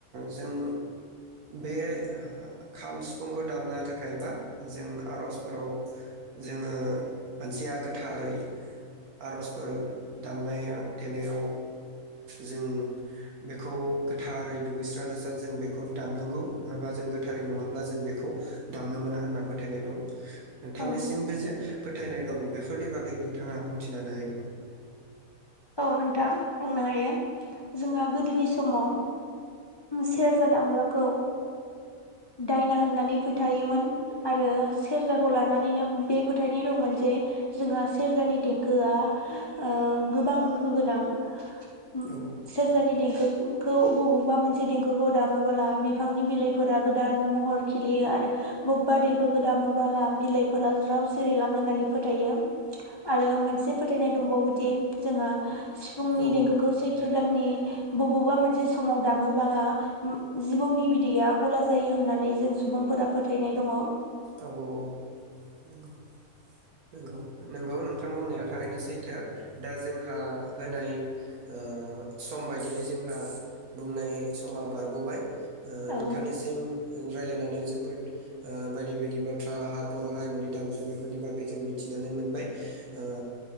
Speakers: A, on the right; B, on the left.
A: जों बे खाम सिफुंखौ दामनो थाखाय बा जों आर'जफोराव जोङो मानसिया गोथारै आर'जफोर दामनाया देनायाव जों बेखौ गोथारै दुगैस्रां लोबस्रां जों बेखौ दामनांगौ नोङाबा जों गोथारै नङाब्ला जों बेखौ दामनो मोना होनना फोथायनाय दं नोंथांनिसिमबो
B: औ
A: जे फोथायनाय दं बेफोरनि बागै नोंथाङा बुंथिना होनो हायो नामा?
B: औ नोंथां बुंनो हायो जोंहा गोदोनि समाव सेरजा दामग्राखौ दायना होननानै फोथायोमोन आरो सेरजाखौ लानानैनो बे फोथायनाय दंमोन जे जोंहा सेरजानि देंखोआ ओ गोबां गोहो गोनां। हुम
A: औ
B: सेरजानि देंखो उम खौ बबेबा मोनसे देंखोखौ दामोबोला बिफांनि बिलाइफोरा गोदान महर खिलियो आरो बबेबा देंखोखौ दामोबोला बिलाइफोरा ज्राव सिरिलां होननानै फोथायो आरो मोनसे फोथायनाय दंबावोदि जोङा सिफुंनि
A: औ
B: देंखोखौ सैथ त्र दाननि बबावबा मोनसे समाव दामबोला जिबौनि बिदैया गला जायो होननानै जों सुबुंफोरा फोथायनाय दङ।
A: औ औ औ नंगौ नंगौ नंगौ नोंथां। थां बुंनाया थारैनो सैथो। दा जोंहा होनाय ओ सम बायदियै जोंहा बुंनाय समा बारग'बाय ओ
B: औ
A: नोंथांनिसिम रायलायनानै जोबोद ओ बायदि बायदि बाथ्रा आ हा बर' हारिमुनि दामजु बेफोरनि बागै जों मिथिनानै मोनबाय, ओ